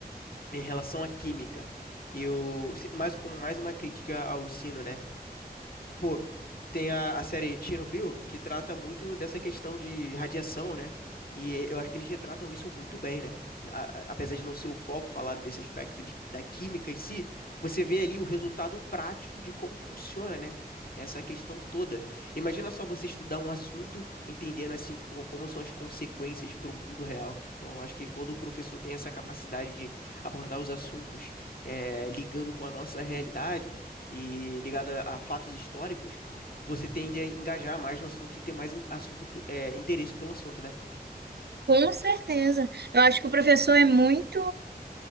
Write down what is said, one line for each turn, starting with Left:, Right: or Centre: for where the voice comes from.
Left: Em relação à química, eu, mais como mais uma crítica ao ensino, né? Pô, tem a, a série Chernobyl, que trata muito dessa questão de radiação, né? E eu acho que eles retratam isso muito bem, né? A- a- apesar de não ser o foco falar desse aspecto de- da química em si, você vê ali o resultado prático de como funciona, né? Essa questão toda. Imagina só você estudar um assunto entendendo assim co- como são as consequências para o mundo real. Então, eu acho que quando o professor tem essa capacidade de abordar os assuntos eh, ligando com a nossa realidade e ligado a a fatos históricos você tende a engajar mais no assunto e ter mais in- assunto, é, interesse pelo assunto, né?
Right: Com certeza. Eu acho que o professor é muito,